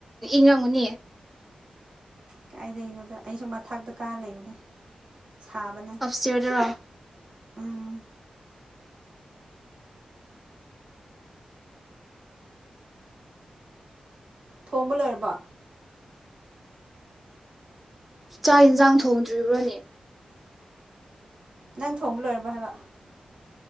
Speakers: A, in the centre; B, on the right.
A: ꯏꯪꯉꯝꯒꯅꯤ
B: ꯀꯥꯏꯗꯩꯅꯣꯗ ꯑꯩꯁꯨ ꯃꯊꯥꯛꯇ ꯀꯥꯔ ꯂꯩꯕꯅꯦ ꯁꯥꯕꯅ
A: ꯑꯞꯁꯇꯤꯌꯔꯗꯔꯣ
B: ꯎꯝ ꯊꯣꯡꯕ ꯂꯣꯏꯔꯕꯣ
A: ꯆꯥꯛ ꯏꯟꯁꯥꯡ ꯊꯣꯡꯗ꯭ꯔꯤꯕ꯭ꯔꯣꯅꯦ
B: ꯅꯪ ꯊꯣꯡꯕ ꯂꯣꯏꯔꯕꯣ ꯍꯥꯏꯕ